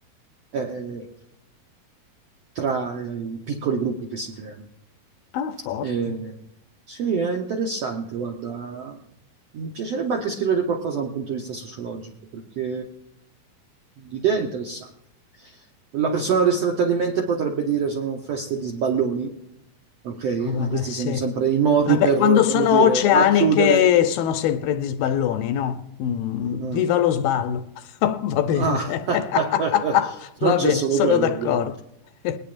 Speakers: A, on the right; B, on the left.
A: eh, eh, tra eh, i piccoli gruppi che si creano.
B: ah, forte.
A: Eh, sì, è interessante, guarda. Mi piacerebbe anche scrivere qualcosa da un punto di vista sociologico, perché l'idea è interessante. La persona ristretta di mente potrebbe dire sono feste di sballoni, ok?
B: Ah, Vabbè,
A: Ma questi
B: sì.
A: sono sempre i modi
B: Vabbè,
A: per,
B: quando sono
A: come dire,
B: oceaniche
A: racchiudere.
B: sono sempre di sballoni, no? Mm,
A: Ah,
B: viva lo sballo. <laughs> Va bene.
A: ah,
B: <laughs>
A: <laughs>
B: Va
A: non c'è
B: bene,
A: solo
B: sono
A: quello,
B: d'accordo.
A: ovviamente.
B: <laughs>